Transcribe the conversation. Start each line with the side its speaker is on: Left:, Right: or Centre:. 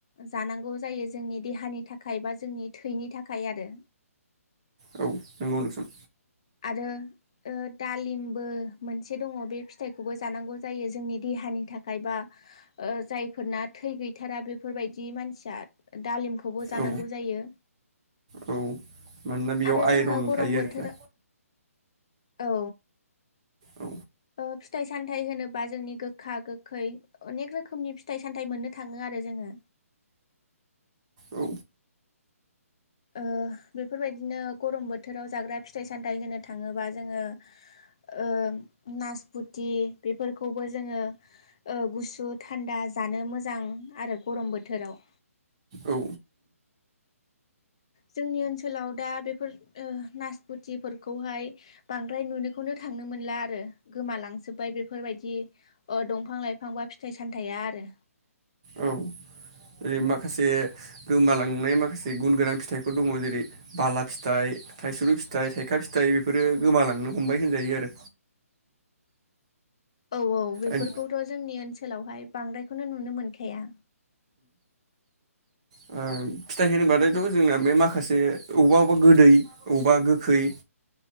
Left: जानांगौ जायो जोंनि देहानि थाखाय बा जोंनि थैनि थाखाय आरो
Right: औ नोंगौ नोंथां।
Left: आरो ओ दालिमबो मोनसे दङ' बे फिथाइखौबो जानांगौ जायो जोंनि देहानि थाखाय बा ओ जायफोरना थै गैथारा बेफोरबायदि मानसिया दालिमखौ खौबो जांनागौ
Right: औ
Left: जायो
Right: औ मानोना बेयाव
Left: आरो
Right: आइरन
Left: जोंङो गरम
Right: थायो आरोखि
Left: बोथोर
Right: ना
Left: औ।
Right: औ
Left: ओ फिथाइ सामथाइ होनोबा जोंनि गोखा गोखै अनेख रोखोमनि फिथाइ सामथाइ मोननो थाङो आरो जोङो।
Right: औ
Left: ओ बेफोरबायदिनो गरम बोथोराव जाग्रा फिथाइ सामथाइ होनो थाङोबा जोङो ओ नासपुथि बेफोरखौबो जोङो ओ गुसु थान्दा जानो मोजां आरो गरम बोथोराव।
Right: औ।
Left: जोंनि ओनसोलाव दा बेफोर ओ नासपुथिफोरखौहाय बांद्राय नुनायखौनो थांनो मोनला आरो गोमालांजोबबाय बेफोर बेफोरबायदि ओ दंफां लाइफां बा फिथाइ सामथाया आरो
Right: औ जेरै माखासे गोमालांनाय माखासे गुन गोनां फिथाइफोर दङ जेरै बाला फिथाइ थाइसुरु फिथाइ थाइखा फिथाइ बेफोरो गोमालांनो हमबाय होनजायो आरो
Left: औ औ बेफोरखौथ'
Right: ओम
Left: जोंनि ओनसोलावहाय बांद्राय बेखौनो नुनो मोनखाया
Right: फिथाइ होनोबाथायथ' जोंना बे माखासे बबेबा अबेबा गोदै अबेबा गोखै